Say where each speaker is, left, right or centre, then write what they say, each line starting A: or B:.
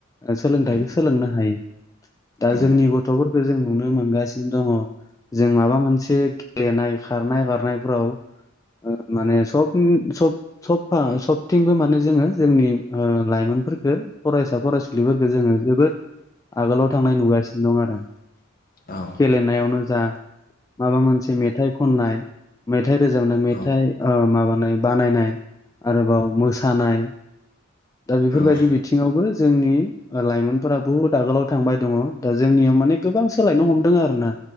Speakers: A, on the left; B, on the left.
A: सोलोंथाइखौ
B: उम
A: सोलोंनो हायो दा
B: औ
A: जोंनि गथ'फोरखौ जों नुनो मोनगासिनो दङ' जों माबा मोनसे गेलेनाय खारनाय बारनायफोराव ओ माने सब सब सबफा सबथिंबो माने जोङो जोंनि ओ लाइमोन खो फरायसा फरायसुलिफोरफोरखौ जोङो जोबोद आगोलाव थांनाय नुगासिनो दं आरो
B: औ
A: गेलेनायावनो जा माबा मोनसे मेथाइ खननाय मे थाइ रोजाबनाय मेथाइ
B: औ
A: माबानाय ओ बानायनाय आरोबाव मोसानाय दा बेफोरबायदि
B: औ
A: बिथिङावबो जोंनि लाइमोनफोरा बुहुद आगोलाव थांबाय दङ दा जोंनियाव माने गोबां सोलायनो हमदों आरोोना